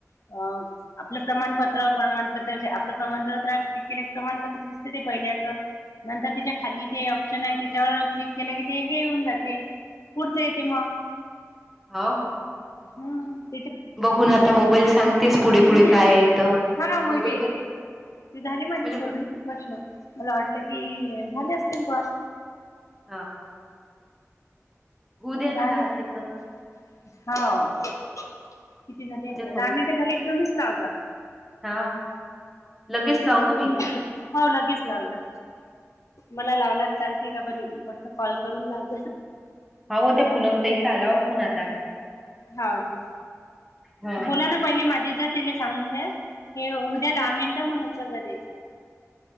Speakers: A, on the left (about 70°); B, in the centre.
A: अ. आपलं प्रमाणपत्र-प्रमाणपत्र आपलं प्रमाणपत्रावर क्लिक केले. की प्रमाणपत्र दिसते ते पहिल्याच. नंतर त्याच्या खाली ते ऑप्शन आहे त्याच्यावर क्लिक केलं की, ते हे होऊन जाते. पुढचं येते मग.
B: होव.
A: हां..
B: बघून आता मोबाईल सांग. तेच. पुढे, पुढे
A: हा
B: काय? आहे इथं.
A: मग
B: मोबाईल
A: ते
B: वर
A: ते ते झाले माझे
B: म्हणजे
A: सोडले प्रश्न मला वाटलं की, झाले असतील कॉल.
B: हा.. द्या ना
A: राहले हो.
B: सेकंद.
A: किती झाले
B: होऊ द्या
A: ना, दहा मिनट झाले तुम्हीच लावत जा.
B: हा हा. लगेच लावतो मी.
A: <unintelligible> हो लगेच लावला. मला लावलाच चालते का? बरी बघत कॉल करून लाव
B: हौ हो त्या पुनम ताईचा आलावा फोन आता.
A: हा ओके.
B: हां.
A: बोला ना. पहिले माझेच्या तले सांगून दे, हे उद्या दहा मिनिटं मग उचल देण्याचा.